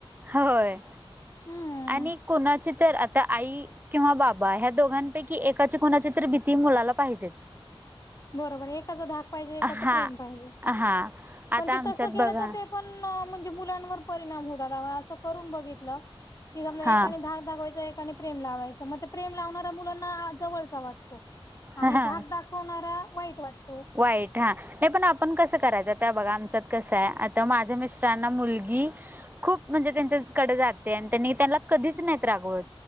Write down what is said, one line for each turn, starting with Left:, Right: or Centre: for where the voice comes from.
Right: होय,
Left: हम्म
Right: आणि कुणाची तर आता आई किंवा बाबा ह्या दोघांपैकी एकाची कुणाची तर भीती मुलाला पाहिजे.
Left: बरोबर एकाच धाक पाहिजे एकाच
Right: हा
Left: प्रेम पाहिजे,
Right: हा
Left: पण
Right: आता
Left: ते
Right: आमच्यात
Left: तसं केलं
Right: बघा
Left: तर ते पण म्हणजे मुलांवर परिणाम होतात अहो असं करून बघितलं. की समजा
Right: हा
Left: एकाने धाक दाखवायचा एकाने प्रेम लावायचं मग ते प्रेम लावणाऱ्या मुलांना जवळचा वाट तो आणि
Right: हा
Left: धाक दाखवणारा वाईट वाटतो.
Right: वाईट हां. ये पण आपण कसं करायचं? त्या बघा आमच्यात कसं आहे आता माझ्या मिस्टरांना मुलगी खूप म्हणजे त्यांच्याचकडे जाते आणि त्यांनी त्यांना कधीच नाहीत रागवत.